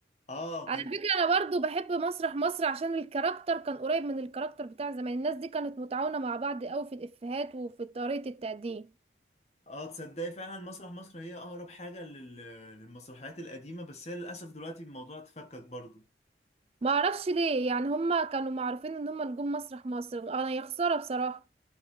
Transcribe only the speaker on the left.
اه
كان
اه تصدقي فعلا مسرح مصر هي اقرب حاجه لل... للمسرحيات القديمه بس هي للاسف دلوقتي الموضوع اتفكك برضه